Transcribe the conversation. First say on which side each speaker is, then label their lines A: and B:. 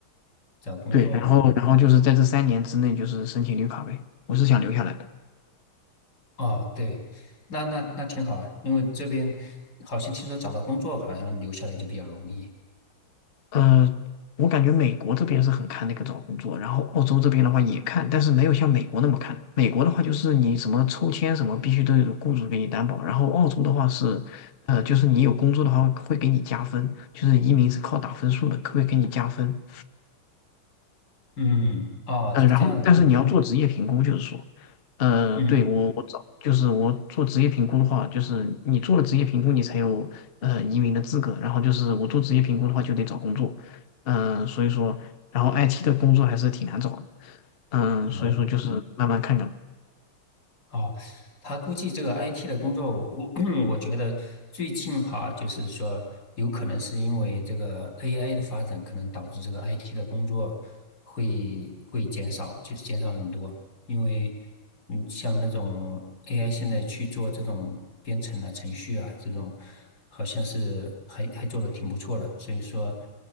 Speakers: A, on the left; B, on the left.
A: 找工作
B: 对，然后然后就是在这三年之内就是申请绿卡呗，我是想留下来的。
A: 哦，对，那那那挺好啊，因为这边好像听说找到工作好像留下来就比较容易。
B: 呃，我感觉美国这边是很看那个找工作，然后澳洲这边的话也看，但是没有像美国那么看。美国的话就是你什么抽签什么必须都有雇主给你担保，然后澳洲的话是，呃，就是你有工作的话会给你加分，就是移民是靠打分数的，可会给你加分。
A: 嗯，哦，
B: 呃，
A: 是这样子。
B: 然后但是你要做职业评估，就是说，呃，
A: 嗯嗯，
B: 对我我找就是我做职业评估的话，就是你做了职业评估，你才有呃移民的资格。然后就是我做职业评估的话，就得找工作，嗯、所以说，然后 IT 的工作还是挺难找的，嗯、
A: 很难。
B: 所以说就是慢慢看看，
A: 哦，他估计这个 IT 的工作，我我 <clears throat> 我觉得最近哈，就是说有可能是因为这个 AI 的发展，可能导致这个 IT 的工作会会减少，就是减少很多。因为嗯，像那种 AI 现在去做这种编程啊、程序啊这种，好像是还还做的挺不错的，所以说，